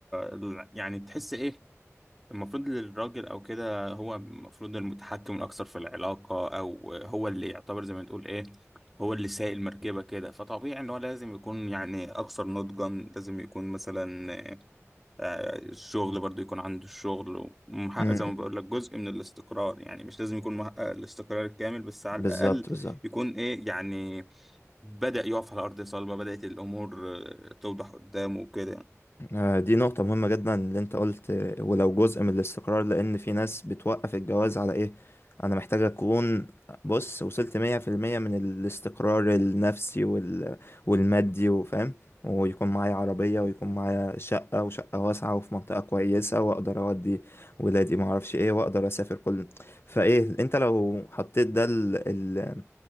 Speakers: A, in the centre; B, on the left (about 50°).
A: ال- يعني تحس إيه المفروض للراجل او كده هو المفروض المتحكم الاكثر في العلاقه او هو اللي يعتبر زي ما تقول ايه هو اللي سايق المركبه كده فطبيعي ان هو لازم يكون يعني اكثر نضجا لازم يكون مثلا آه، الشغل برضو يكون عنده الشغل ومحقق
B: م- م.
A: زي ما بقول لك جزء من الاستقرار يعني مش لازم يكون محقق الاستقرار الكامل بس على
B: بالظبط
A: الاقل
B: بالظبط
A: يكون ايه يعني بدأ يقف على ارض صلبه بدأت الامور آه، توضح قدامه وكده
B: آه، دي نقطة مهمة جدا اللي انت قلت آه، ولو جزء من الاستقرار لأن في ناس بتوقف الجواز على ايه أنا محتاج أكون بص وصلت مية في المية من الاستقرار النفسي وال... والمادي وفاهم ويكون معايا عربية ويكون معايا شقة وشقة واسعة وفي منطقة كويسة وأقدر أودي ولادي معرفش ايه وأقدر أسافر كل فايه انت لو حطيت ده ال... ال...